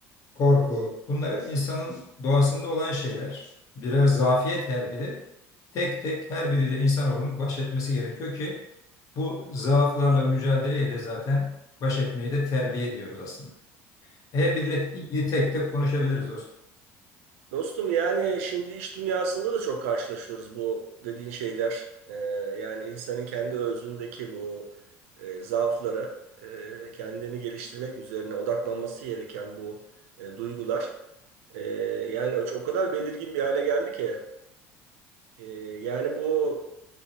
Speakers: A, on the left (about 55°); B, on the right (about 85°).
A: korku. Bunlar hep insanın doğasında olan şeyler. Birer zafiyet her biri. Tek tek her biriyle insanoğlunun baş etmesi gerekiyor ki bu zaaflarla mücadeleyle zaten baş etmeyi de terbiye diyoruz aslında. Her
B: Peki
A: biriyle ilgili tek tek konuşabiliriz dostum.
B: Dostum yani şimdi iş dünyasında da çok karşılaşıyoruz bu dediğin şeyler. Ee, yani insanın kendi özündeki bu e, zaafları e, kendini geliştirmek üzerine odaklanması gereken bu e, duygular. e, yani o, o kadar belirgin bir hale geldi ki. E, yani bu